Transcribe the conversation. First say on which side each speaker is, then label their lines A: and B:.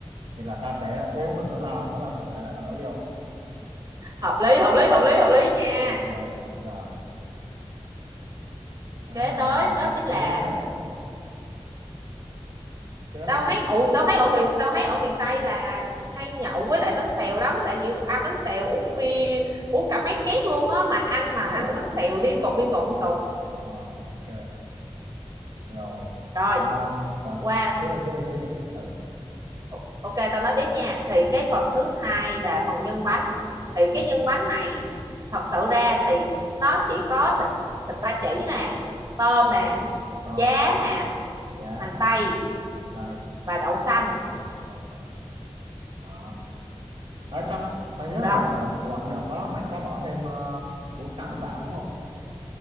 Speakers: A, on the right; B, on the right.
A: vậy là tao sẽ uống nửa lon nửa lon còn lại là tao đổ vô
B: hợp lý hợp lý hợp lý hợp lý nha
A: ok rồi Ờ,
B: kế
A: cái này là
B: tới
A: gọi là
B: đó chính
A: nhậu
B: là
A: với bánh xèo cái đó
B: tao
A: là cái
B: thấy
A: gì
B: ừ tao thấy ở miền tao thấy ở miền Tây là hay nhậu với lại bánh xèo lắm tại vì
A: ờ
B: ăn bánh xèo uống bia uống cả mấy két luôn á mà ăn mà
A: biết
B: ăn
A: rồi
B: bánh xèo liên tục liên tục liên tục
A: Ờ, ok rồi
B: rồi
A: à, tao,
B: qua
A: à, tiếp đi tiếp đi tiếp đi ừ
B: O- Ok tao nói tiếp nha thì
A: ừ
B: cái phần thứ hai là phần nhân bánh thì
A: ừ
B: cái nhân bánh này thật sự ra thì nó chỉ có thịt thịt ba chỉ nè tôm
A: tao ba
B: nè
A: chỉ tôm
B: giá nè
A: giá
B: hành tây
A: hành tây
B: và đậu xanh
A: đậu xanh à, à tao tao nhớ
B: rồi
A: là đợt đợt đợt đó mày có bỏ thêm ờ, củ sắn vào đúng không